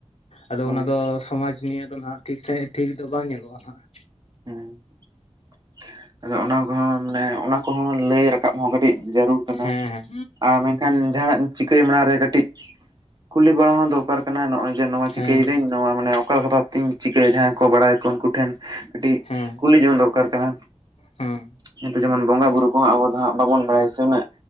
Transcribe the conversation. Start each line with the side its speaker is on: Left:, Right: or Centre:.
Left: ᱟᱫᱚ
Right: ᱦᱳᱭ
Left: ᱚᱱᱟ ᱫᱚ ᱥᱚᱢᱟᱡ ᱱᱤᱭᱟᱹ ᱫᱚ ᱱᱟᱦᱟᱜ ᱴᱷᱤᱠ ᱥᱟᱸᱦᱤᱡ ᱴᱷᱤᱠ ᱫᱚ ᱵᱟᱝ ᱧᱮᱞᱚᱜᱼᱟ ᱱᱟᱦᱟᱜ᱾
Right: ᱦᱩᱸ ᱚᱱᱟ ᱠᱚᱦᱚᱸ ᱢᱟᱱᱮ ᱚᱱᱟ ᱠᱚᱦᱚᱸ ᱞᱟᱹᱭ ᱨᱟᱠᱟ ᱨᱟᱠᱟᱵ ᱦᱚᱸ ᱠᱟᱹᱴᱤᱡ ᱡᱟᱹᱨᱩᱲ ᱠᱟᱱᱟ
Left: ᱦᱮᱸ
Right: ᱟᱨ ᱢᱮᱱ ᱠᱷᱟᱱ ᱡᱟᱦᱱᱟᱜ ᱪᱤᱠᱟᱹᱭ ᱢᱟᱲᱟᱝ ᱨᱮ ᱠᱟᱹᱴᱤᱡ ᱠᱩᱞᱤ ᱵᱟᱲᱟ ᱦᱚᱸ ᱫᱚᱨᱠᱟᱨ ᱠᱟᱱᱟ, ᱱᱚᱜᱼᱚᱭ ᱡᱮ ᱱᱚᱣᱟ
Left: ᱦᱮᱸ
Right: ᱪᱤᱠᱟᱹᱭ ᱫᱟᱹᱤᱧ ᱱᱚᱣᱟ ᱢᱟᱱᱮ ᱚᱠᱟᱞᱮᱠᱟ ᱵᱷᱟᱵᱽ ᱛᱮᱧ ᱪᱤᱠᱟᱹᱭᱟ ᱡᱟᱦᱟᱸᱭ ᱠᱚ ᱵᱟᱲᱟᱭᱟᱠᱚ ᱩᱱᱠᱩ ᱴᱷᱮᱱ ᱠᱟᱹᱴᱤᱡ
Left: ᱦᱮᱸ
Right: ᱠᱩᱞᱤ ᱡᱚᱝ ᱫᱚᱨᱠᱟᱨ ᱠᱟᱱᱟ᱾
Left: ᱦᱮᱸ
Right: ᱱᱤᱛᱟᱹᱜ ᱡᱮᱢᱚᱱ ᱵᱚᱸᱜᱟ ᱵᱩᱨᱩ ᱠᱚᱦᱚᱸ ᱟᱵᱚ ᱫᱚ ᱦᱟᱸᱜ ᱵᱟᱵᱚᱱ ᱵᱟᱲᱟᱭᱟ ᱥᱮ ᱩᱱᱟᱹᱜ